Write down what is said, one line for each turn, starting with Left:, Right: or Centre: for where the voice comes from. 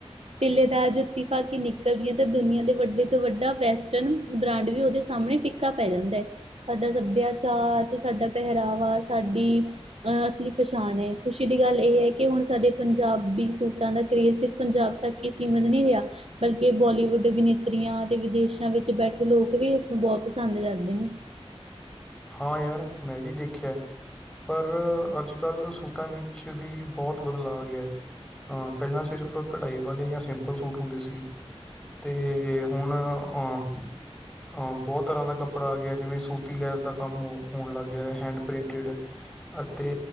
Right: ਟਿੱਲੇਦਾਰ ਜੁੱਤੀ ਪਾ ਕੇ ਨਿਕਲਦੀ ਤੇ ਦੁਨੀਆਂ ਦੇ ਵੱਡੇ ਤੋਂ ਵੱਡਾ ਵੈਸਟਰਨ ਬ੍ਰਾਂਡ ਵੀ ਉਹਦੇ ਸਾਹਮਣੇ ਫਿੱਕਾ ਪੈ ਜਾਂਦਾ ਹੈ ਸਾਡਾ ਸੱਭਿਆਚਾਰ ਤੇ ਸਾਡਾ ਪਹਿਰਾਵਾ ਸਾਡੀ ਅਹ ਅਸਲੀ ਪਛਾਣ ਹੈ ਖੁਸ਼ੀ ਦੀ ਗੱਲ ਇਹ ਹੈ ਕਿ ਹੁਣ ਸਾਡੇ ਪੰਜਾਬੀ ਸੂਟਾਂ ਦਾ ਕਰੇਜ਼ ਪੰਜਾਬ ਤੱਕ ਹੀ ਸੀਮਿਤ ਨਹੀਂ ਰਿਹਾ ਬਲਕਿ ਬਾਲੀਵੁੱਡ ਅਭਿਨੇਤਰੀਆਂ ਤੇ ਵਿਦੇਸ਼ਾਂ ਵਿੱਚ ਬੈਠੇ ਲੋਕ ਵੀ ਬਹੁਤ ਪਸੰਦ ਕਰਦੇ ਨੇ।
Centre: ਹਾਂ ਯਾਰ ਮੈਂ ਵੀ ਦੇਖਿਆ। ਪਰ ਅੱਜ ਕੱਲ੍ਹ ਸੂਟਾਂ ਵਿੱਚ ਵੀ ਬਹੁਤ ਬਦਲਾਅ ਆ ਗਿਆ ਹੈ। ਅ ਪਹਿਲਾਂ ਸਿਰਫ ਕਢਾਈ ਵਾਲੇ ਜਾਂ ਸਿੰਪਲ ਸੂਟ ਹੁੰਦੇ ਸੀ। ਤੇ ਹੁਣ ਅਹ ਅ ਬਹੁਤ ਤਰ੍ਹਾਂ ਦਾ ਕੱਪੜਾ ਆ ਗਿਆ ਜਿਵੇਂ ਸੂਤੀ ਲੈਸ ਦਾ ਕੰਮ ਹੋਣ ਲੱਗ ਗਿਆ ਹੈਂਡ ਪ੍ਰਿੰਟਡ ਅਤੇ